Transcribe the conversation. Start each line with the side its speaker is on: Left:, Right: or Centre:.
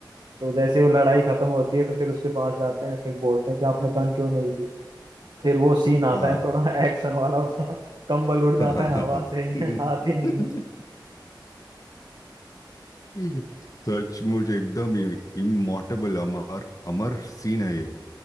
Right: तो जैसे वो लड़ाई खत्म होती है तो फिर उसके पास जाते हैं फिर बोलते हैं कि आपने गन क्यों नहीं दी फिर वो सीन आता
Left: हाँ
Right: है थोड़ा
Left: <laughs>
Right: <laughs> एक्शन वाला उसका कंबल उड़ जाता
Left: हाँ हाँ
Right: है
Left: हाँ,
Right: हवा
Left: हाँ।
Right: से
Left: <laughs>
Right: <laughs> आती नहीं है
Left: <laughs> सचमुच एकदम इमोर्टेबल अमर अमर सीन है ये